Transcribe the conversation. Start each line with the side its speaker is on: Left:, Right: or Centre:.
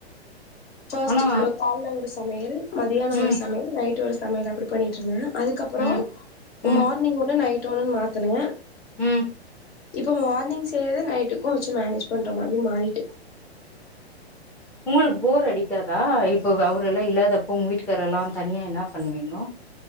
Left: ஃபஸ்ட்
Centre: ஆனா
Left: லோ கால்ல ஒரு சமையல் மதியானோ
Centre: ம்
Left: ஒரு சமையல் நைட்டு ஒரு சமையல் அப்டி பண்ணிட்ருந்தே. அதுக்கப்பறோ
Centre: ம் ம்
Left: மார்னிங் ஒன்னு நைட் ஒன்னுன் மாத்துனே.
Centre: ம்
Left: இப்போ மார்னிங் செய்யறதே நைட்டுக்கு வெச்சி மேனேஜ் பண்ற மாரி மாறிட்டு.
Centre: உங்குளுக் போர் அடிக்காதா இப்பவ் அவுரெல்லா இல்லாதப்போ உங் வீட்டுக்காரெல்லா தனியா என்னா பண்ணுவீங்கோ?